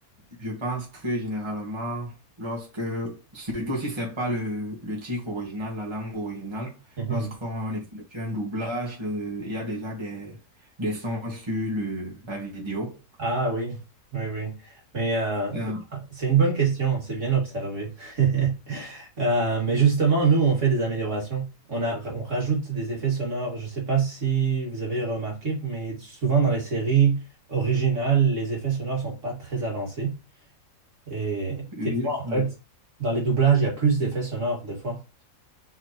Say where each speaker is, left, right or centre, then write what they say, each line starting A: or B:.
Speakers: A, on the right; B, on the right.
A: je pense que généralement, lorsque, surtout si c'est pas le, le titre original, la langue originale,
B: mhm.
A: lorsqu'on effectue un doublage, le- il y a déjà des, des sons sur le, la vidéo.
B: Ah oui, oui, oui. Mais euh,
A: Euh,
B: c'est une bonne question, c'est bien observé. <laughs> Euh, mais justement, nous, on fait des améliorations. On a, on rajoute des effets sonores. Je ne sais pas si vous avez remarqué, mais souvent dans les séries originales, les effets sonores sont pas très avancés. Et
A: oui,
B: des fois, en fait, dans les doublages, il y a plus d'effets sonores, des fois.